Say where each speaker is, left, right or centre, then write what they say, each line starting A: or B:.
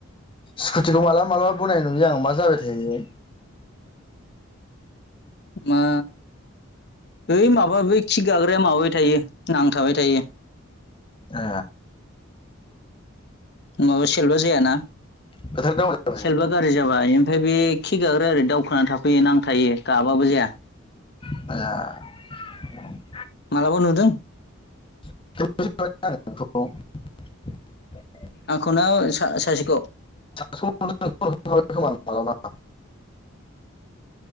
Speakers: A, on the left; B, on the left.
A: स्कुटिखौ मालाबा मालाबा बोनाय नुयो आं मा जाबाय थायो?
B: मा? ओइ माबा बै किक गाग्राया माबाबाय थायो नांथाबाय थायो।
A: ए
B: नङाबा सेल्फबा जायाना
A: बोथोर दाउन जाबाय
B: सेल्फबा गाज्रि जाबाय। ओमफ्राय बे खिक गाग्रा ओरै दावखोना थाफैयो नांथायो गाबाबो जाया।
A: ए
B: मालाबा नुदों?
A: <unintelligible>
B: आंखौ ना सा-सासेखौ?
A: <unintelligible> मालाबा